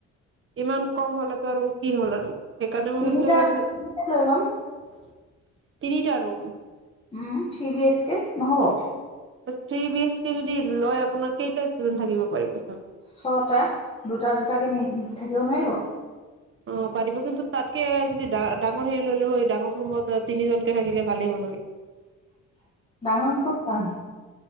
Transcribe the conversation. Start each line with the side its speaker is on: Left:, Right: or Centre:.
Right: ইমান কম হ'লেতো, আৰু কি হ'ল, আৰু সেইকাৰণে, মই
Left: তিনিটা
Right: ভাবছো, আৰু
Left: তিনিটা লৈ ল'ম
Right: তিনিটা room
Left: um three B H K নহ'ব
Right: থি বিএচ কে যদি লয় আপোনাৰ কেইটা ডেন্ট থাকিব পাৰি পিছত
Left: ছটা দুটা দুটাকে নি থাকিব নোৱাৰিব
Right: অ পাতিিব কিন্তু তাতকে যদিা ডাঙৰ হেৰি ললে হয় ডাঙৰ ৰুমত তিনিজনকে থাকিলে ভালেই হ'ল হয়
Left: <unintelligible> ডাঙৰ কতা